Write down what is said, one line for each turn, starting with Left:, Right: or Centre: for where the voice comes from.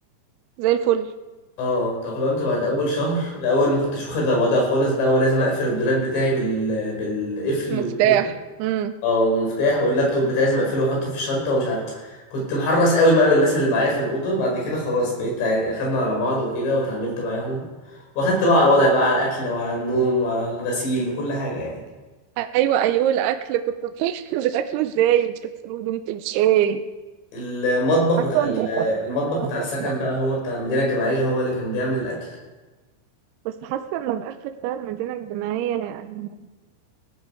Right: زي الفل
Left: آه، تأقلمت بعد أول شهر الأول ما كنتش واخد على الوضع خالص بقى ولازم أقفل الدولاب بتاعي بال... بالقفل
Right: مفتاح
Left: وكده
Right: امم
Left: اه مفتاح واللابتوب بتاعي لازم اقفله واحطه في الشنطه ومش عارف كنت محرص قوي بقى من الناس اللي معايا في الاوضه بعد كده خلاص بقيت يعني اخدنا على بعض وكده وتعاملت معاهم واخدت بقى على الوضع بقى على الاكل وعلى النوم وعلى الغسيل وكل حاجه يعني
Right: ايوه ايوه الاكل كنت بتاكله <laughs> بتاكله ازاي وبتغسله هدومك ازاي
Left: المطبخ
Right: حاسه
Left: بتاع ال-
Right: انت
Left: المطبخ
Right: <laughs>
Left: بتاع السكن بقى هو بتاع المدينه الجامعيه هو اللي كان بيعمل الاكل
Right: بس حاسه ان الاكل بتاع المدينه الجامعيه يعني